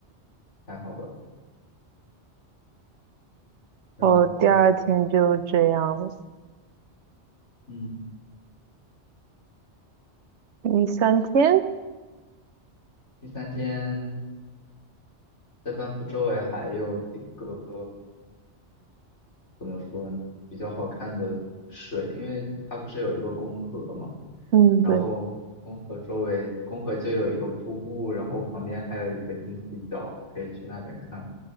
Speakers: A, on the left; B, on the right.
A: 太好了。然后，
B: 哦，第二天就这样，
A: 嗯，
B: 第三天，
A: 第三天在班夫周围还有几个怎么说比较好看的水，因为它不是有一个公河嘛，
B: 嗯，
A: 然后公河周围，
B: 对，
A: 公河就有一个瀑布，然后旁边还有一个金鸡角，可以去那边看